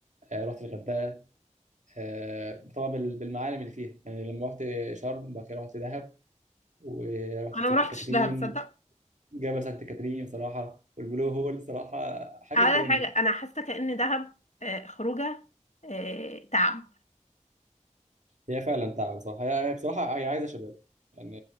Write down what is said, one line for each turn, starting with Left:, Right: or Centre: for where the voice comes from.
Right: آه رحت الغردقة آه طبعا بال- بالمعالم اللي فيها يعني لما رحت شرم بعد كده رحت دهب ورحت
Left: انا
Right: سانت
Left: ما رحتش
Right: كاترين
Left: دهب تصدق
Right: جبل سانت كاترين بصراحة والبلو هول بصراحة حاجة
Left: اول
Right: تاني
Left: حاجة انا حاسة كأن دهب آه خروجة آه تعب
Right: هي فعلا تعب بصراحة هي هي بصراحة هي عايزة شباب يعني